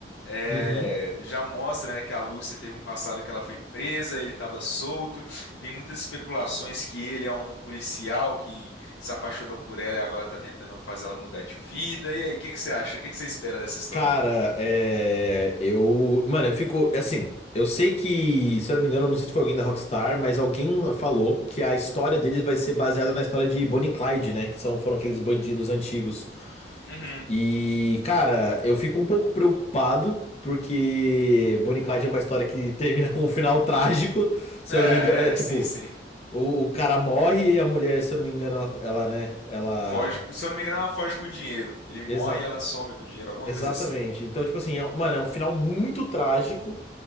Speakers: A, on the left; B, on the left.
A: é,
B: Uhum.
A: já mostra, né, que a Lúcia teve um passado que ela foi presa, ele estava solto. Tem muitas especulações que ele é um policial que se apaixonou por ela e agora tá tentando fazer ela mudar de vida. E aí, o que que você acha? O que que você espera dessa história?
B: Cara, é, eu. Mano, eu fico. Assim, eu sei que, se eu não me engano, eu não sei se foi alguém da Rockstar, mas alguém falou que a história deles vai ser baseada na história de Bonnie e Clyde, né? Que são, foram aqueles bandidos antigos.
A: Uhum.
B: E, cara, eu fico um pouco preocupado, porque Bonnie e Clyde é uma história que termina com um final trágico. Se
A: É,
B: eu não me engano, é, tipo,
A: é, sim, sim.
B: o, o cara morre e a mulher, se eu não me engano, ela, ela né? Ela.
A: Foge, com- se eu não me engano, ela foge com dinheiro. Ele morre
B: Exa-
A: e ela some com dinheiro, alguma
B: exatamente.
A: coisa assim. <laughs>
B: Então, tipo assim, é- mano, é um final muito trágico.